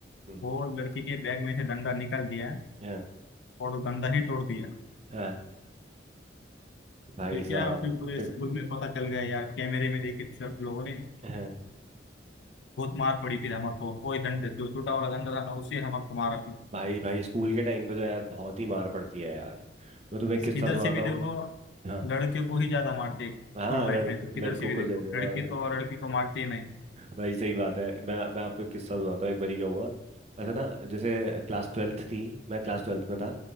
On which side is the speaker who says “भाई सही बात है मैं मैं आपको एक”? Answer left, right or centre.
Right